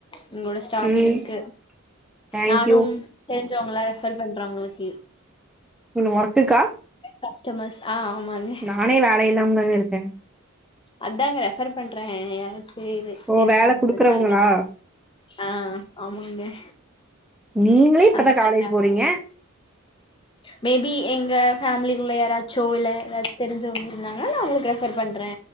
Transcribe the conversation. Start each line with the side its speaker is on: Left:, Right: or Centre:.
Left: உங்ளோட ஸ்டார்டிங்கு
Centre: ம் தேங்க்யூ
Left: நானும் தெருஞ்சவங்கள ரெஃபர் பண்றே உங்ளுக்கு
Centre: நீங்க ஒர்க்குகா
Left: கஸ்டமர்ஸ் ஆ ஆமாங்க
Centre: நானே வேல இல்லாமதா இருக்கே
Left: அதாங்க ரெஃபர் பண்றே யாராச்சு
Centre: ஓ
Left: தெரிஞ்சவங்க
Centre: வேல குடுக்குறவங்களா
Left: இருந்தாங்கன்னா ஆ ஆமாங்க
Centre: நீங்களே இப்தான்
Left: அந்த மாரிதா
Centre: காலேஜ் போறீங்க
Left: மேபி எங்க ஃபேமிலிக்குள்ள யாராச்சோ இல்ல எதா தெரிஞ்சவங்க இருந்தாங்கன்னா நா உங்களுக்கு ரெஃபர் பண்றே